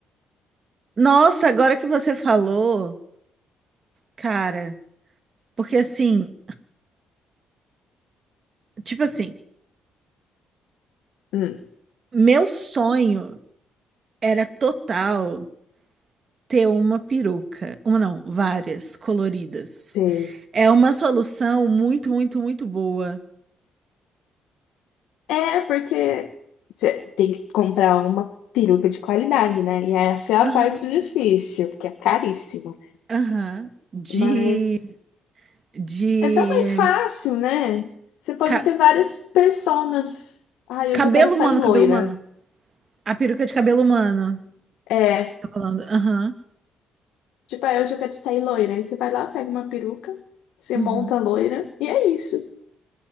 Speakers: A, on the right (about 40°); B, on the left (about 80°).
A: Nossa, agora que você falou, cara, porque assim, tipo assim,
B: Hum,
A: meu sonho era total ter uma peruca, uma não, várias coloridas.
B: sei.
A: É uma solução muito, muito, muito boa.
B: É, porque você tem que comprar uma peruca de qualidade, né? E essa é a
A: Aham,
B: parte difícil, porque é caríssimo, né?
A: aham. De,
B: Mas
A: de
B: é tão mais fácil, né? Você pode
A: ca-
B: ter várias personas. Ai,
A: cabelo
B: hoje eu quero sair
A: humano,
B: loira.
A: cabelo humano. A peruca de cabelo humano,
B: É,
A: tá falando. Aham,
B: tipo, ah hoje eu quero sair loira. Aí você vai lá, pega uma peruca, você
A: uhum,
B: monta a loira, e é isso.